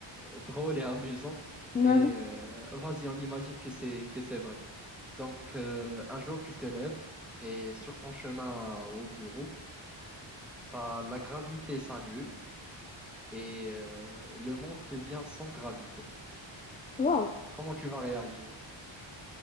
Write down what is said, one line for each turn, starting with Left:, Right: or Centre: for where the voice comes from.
Centre: euh, drôle et amusant,
Left: je...
Centre: mais
Left: Vas-y.
Centre: euh, vas-y, on imagine que c'est que c'est vrai. Donc, euh, un jour, tu te lèves et sur ton chemin au bureau, bah, la gravité s'annule et euh, le monde devient sans gravité.
Left: Wow.
Centre: Comment tu vas réagir?